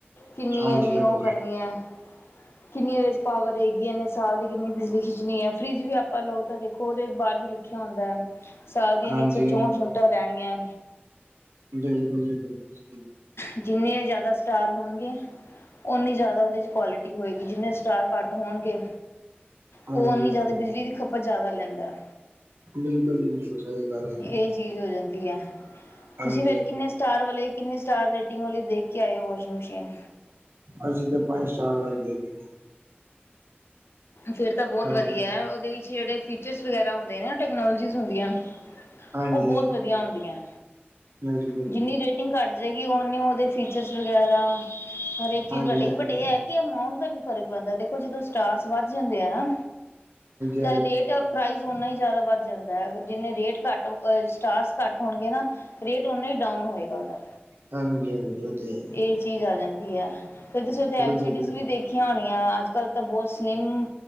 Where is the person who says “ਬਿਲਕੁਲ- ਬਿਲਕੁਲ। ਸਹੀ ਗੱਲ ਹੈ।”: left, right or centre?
Right